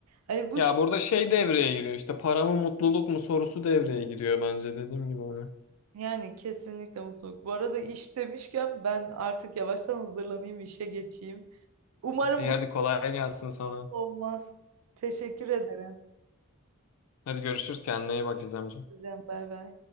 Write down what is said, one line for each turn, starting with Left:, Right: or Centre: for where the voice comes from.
Right: Hani bu
Left: Ya
Right: şey-
Left: burada şey devreye giriyor işte para mı mutluluk mu sorusu devreye giriyor bence dediğim gibi onu.
Right: yani kesinlikle mutluluk. Bu arada iş demişken ben artık yavaştan hazırlanayım işe geçeyim. Umarım
Left: İyi
Right: bu
Left: hadi kolay gelsin sana.
Right: <laughs> olmaz. Teşekkür ederim.
Left: Hadi görüşürüz kendine iyi bak İzlemciğim.
Right: Hocam bay bay.